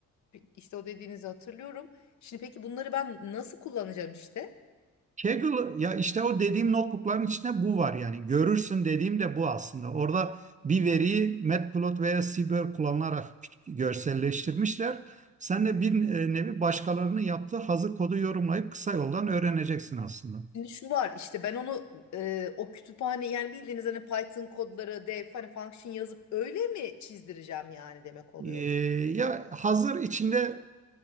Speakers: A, on the left; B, on the right.
A: Mat- işte o dediğinizi hatırlıyorum. Şimdi peki bunları ben nasıl kullanacağım işte?
B: Kaggle ya işte o dediğim notebookların içinde bu var yani görürsün dediğim de bu aslında. Orada bir veriyi Matplotlib veya seabird kullanılarak görselleştirmişler. Sen de bir e, nevi başkalarının yaptığı hazır kodu yorumlayıp kısa yoldan öğreneceksin aslında.
A: Şimdi şu var işte ben onu e, o kütüphane yani bildiğiniz hani Python kodları def hani function yazıp öyle mi çizdireceğim yani demek oluyor
B: Ee,
A: bu.
B: ya hazır içinde